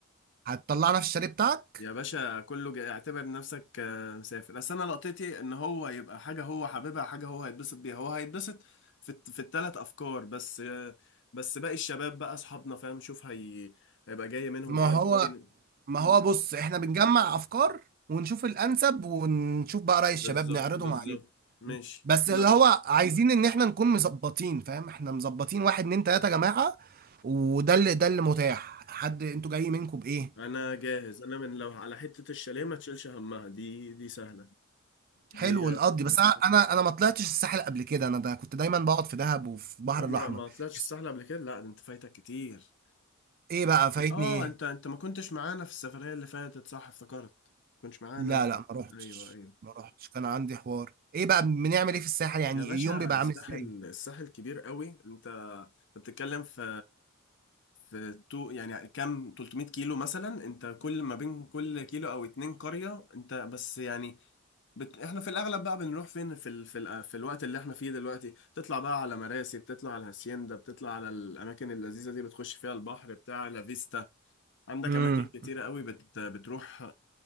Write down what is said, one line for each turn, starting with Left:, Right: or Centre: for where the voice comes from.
Right: هتطلعنا في الشاليه بتاعك
Left: يا باشا كله جاي اعتبر نفسك آه، مسافر بس انا لقطتي ان هو يبقى حاجه هو حاببها حاجه هو هيتبسط بيها هو هيتبسط في الت- في الثلاث افكار بس آه، بس باقي الشباب بقى اصحابنا فاهم شوف هي هيبقى جاي منهم
Right: ما
Left: ايه
Right: هو
Left: لو في
Right: ما هو بص احنا بنجمع افكار ونشوف الانسب ونشوف بقى رأي
Left: بالظبط
Right: الشباب نعرضهم
Left: بالظبط
Right: عليهم
Left: ماشي
Right: بس
Left: لا
Right: اللي هو عايزين ان احنا نكون مظبطين فاهم احنا مظبطين واحد اتنين تلاتة يا جماعة وده اللي ده اللي متاح حد انتوا جايين منكم بايه
Left: انا جاهز انا من لو على حته الشاليه ما تشيلش همها دي دي سهله دي
Right: حلو نقضي بس انا انا أنا ما طلعتش الساحل قبل كده انا ده كنت دايما بقعد في دهب وفي البحر
Left: عمرك
Right: الاحمر
Left: ما طلعتش
Right: بس
Left: سهله قبل كده لا ده انت فايتك كتير
Right: ايه بقى فايتني
Left: اه
Right: ايه
Left: انت انت ما كنتش معانا في السفرية اللي فاتت صح افتكرت ما كنتش معانا
Right: لا
Left: انت
Right: لا ما روحتش
Left: ايوه ايوه
Right: ما روحتش كان عندي حوار ايه بقى بنعمل ايه في الساحل يعني
Left: يا باشا
Right: اليوم بيبقى
Left: الساحل
Right: عامل ازاي
Left: الساحل كبير قوي انت انت بتتكلم في في تو يعني كام 300 كيلو مثلا انت كل ما بين كل كيلو او اتنين قرية انت بس يعني بت... احنا في الاغلب بقى بنروح فين في ال... في, ال... في الوقت اللي احنا فيه دلوقتي تطلع بقى على مراسي بتطلع على هاسيندا بتطلع على الاماكن اللذيذة دي بتخش فيها البحر بتاع لا فيستا عندك
Right: امم
Left: اماكن كتيرة قوي بت... بتروح